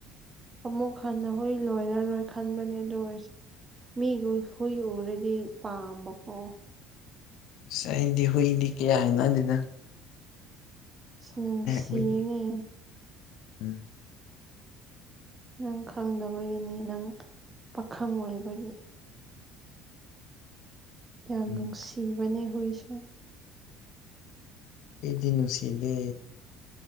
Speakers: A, on the right; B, on the left.
A: ꯑꯃꯨꯛ ꯍꯟꯅ ꯍꯨꯏ ꯂꯣꯏꯔꯔꯣꯏ ꯈꯟꯕꯅꯦ ꯑꯗꯨ ꯑꯣꯏꯁꯨ ꯃꯤꯒꯤ ꯍꯨꯏ ꯎꯔꯗꯤ ꯄꯥꯝꯕꯀꯣ
B: ꯑꯁ ꯑꯩꯗꯤ ꯍꯨꯏꯗꯤ ꯀꯌꯥ ꯍꯩꯅꯗꯦꯗꯥ
A: <unintelligible> ꯅꯨꯡꯁꯤꯅꯦ
B: ꯍꯨꯏꯗꯤ ꯎꯝ
A: ꯅꯪ ꯈꯪꯗꯕꯒꯤꯅꯤ ꯅꯪ ꯄꯥꯈꯪ ꯑꯣꯏꯕꯒꯤ ꯌꯥꯝ
B: ꯎꯝ
A: ꯅꯨꯡꯁꯤꯕꯅꯦ ꯍꯨꯏꯁꯨ
B: ꯑꯩꯗꯤ ꯅꯨꯡꯁꯤꯗꯦ